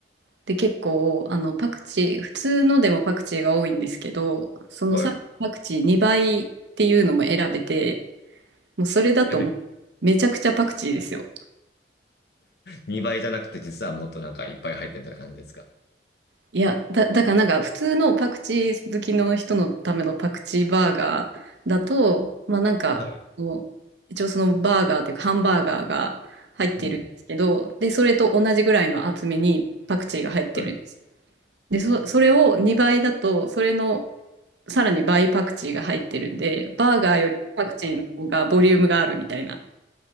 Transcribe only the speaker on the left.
はい。
<laughs> やべ2倍じゃなくて、実はもっとなんかいっぱい入ってるみたいな感じですか。
は
い。うん。
はい
あ